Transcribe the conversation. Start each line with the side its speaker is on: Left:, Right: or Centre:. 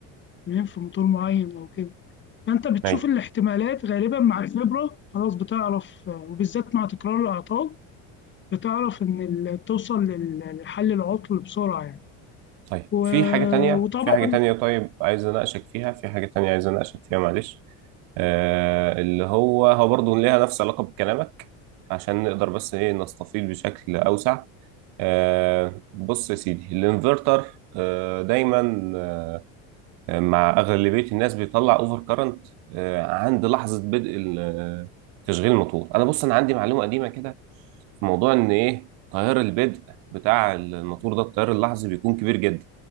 Left: تمام في موتور معين لو كده فانت بتشوف
Right: ايوه
Left: الاحتمالات غالبا مع الخبرة خلاص بتعرف آه، وبالذات مع تكرار الاعطال بتعرف ان ال- توصل لل- لحل العطل بسرعة يعني
Right: طيب
Left: و...
Right: في حاجه تانية
Left: وطبعا
Right: في حاجه تانية طيب عايز اناقشك فيها في حاجه تانية عايز اناقشك فيها معلش آه اللي هو هو برضه ليها نفس علاقه بكلامك عشان نقدر بس ايه نستفيض بشكل اوسع آه بص يا سيدي الانفرتر آه دايما آه، مع اغلبيه الناس بيطلع اوفر كارنت عند لحظه بدء ال- آه، تشغيل الموتور انا بص انا عندي معلومه قديمه كده في موضوع ان ايه تيار البدء بتاع الموتور ده التيار اللحظي بيكون كبير جدا